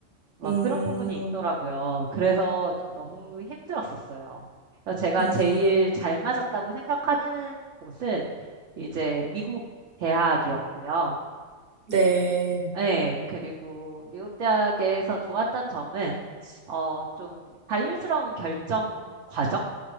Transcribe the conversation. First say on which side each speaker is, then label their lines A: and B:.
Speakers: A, on the right; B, on the right.
A: 막
B: 음,
A: 그런 부분이 있더라고요. 그래서 좀 너무 힘들었었어요. 그래서 제가
B: 음,
A: 제일 잘 맞았다고 생각하는 곳은 이제 미국 대학이었고요.
B: 네.
A: 네, 그리고 미국 대학에서 좋았던 점은, 어, 좀 자율스러운 결정 과정?